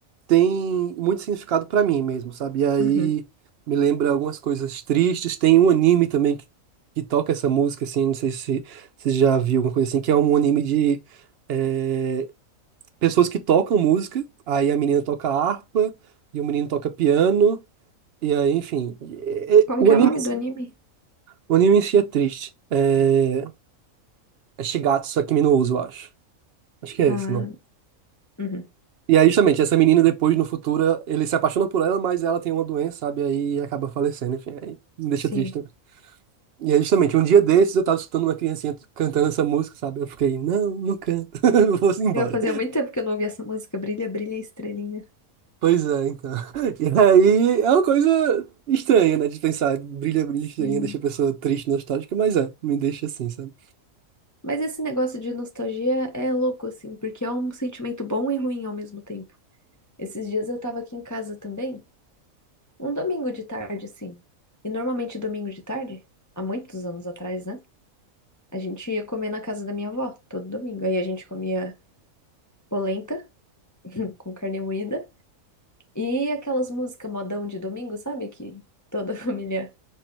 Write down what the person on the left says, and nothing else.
Uhum.
Como
que
é o nome do anime?
Ah,
uhum.
Sim.
Eu fazia muito tempo que eu não ouvia essa música. Brilha, brilha, estrelinha.
Sim.
Mas esse negócio de nostalgia é louco, assim, porque é um sentimento bom e ruim ao mesmo tempo. Esses dias eu tava aqui em casa também, um domingo de tarde, assim. E normalmente domingo de tarde, há muitos anos atrás, né? A gente ia comer na casa da minha avó, todo domingo. Aí a gente comia polenta <laughs> com carne moída e aquelas músicas modão de domingo, sabe? Que toda <laughs> a família